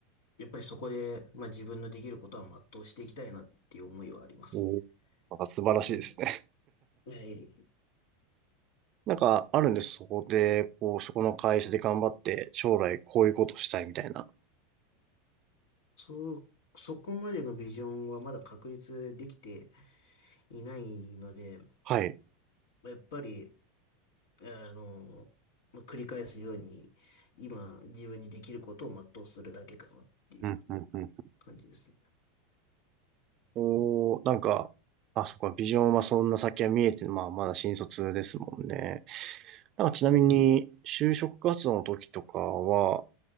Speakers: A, on the left (about 65°); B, on the right (about 40°).
A: やっぱりそこで、まあ自分のできることは全うしていきたいなっていう思いはありますね。
B: おなんか素晴らしいですね。
A: うん。はい。
B: <laughs> なんかあるんです。そこで、こう、そこの会社で頑張って、将来こういうことしたいみたいな。
A: そう、そこまでのビジョンはまだ確立できていないので、
B: はい。
A: まあやっぱり、あの、まあ繰り返すように、今自分にできることを全うするだけかなっていう
B: うんうんうん
A: 感じですね。
B: おー、なんか、あ、そっか、ビジョンはそんな先は見えて、まあ、まだ新卒ですもんね。なんかちなみに、就職活動の時とかは、